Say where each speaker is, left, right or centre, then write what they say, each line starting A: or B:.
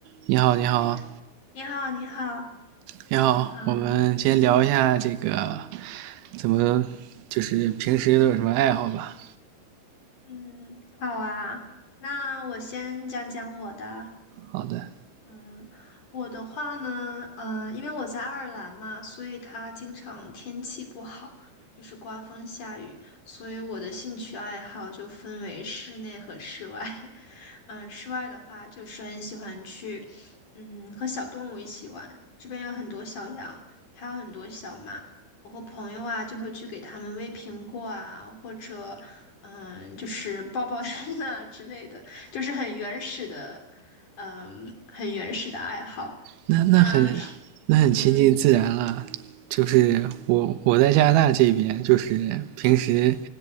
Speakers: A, on the right; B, on the left.
A: 你好，你好，
B: 哎，你好，你好，
A: 你好，
B: 嗯
A: 我们先聊一下这个怎么，就是平时都有什么爱好吧？
B: 嗯，好啊。那我先讲讲我的，
A: 好的，
B: 嗯，我的话呢，嗯、因为我在爱尔兰嘛，所以它经常天气不好，就是刮风下雨，所以我的兴趣爱好就分为室内和室外。<laughs> 嗯，室外的话，就是很喜欢去，嗯，和小动物一起玩。这边有很多小羊，还有很多小马。我和朋友啊，就会去给它们喂苹果啊，或者，嗯，就是抱抱它们啊之类的。就是很原始的嗯很原始的爱好。
A: 那那很
B: 那是
A: 那很亲近自然了。
B: 嗯
A: 就是我我在加拿大这边，就是平时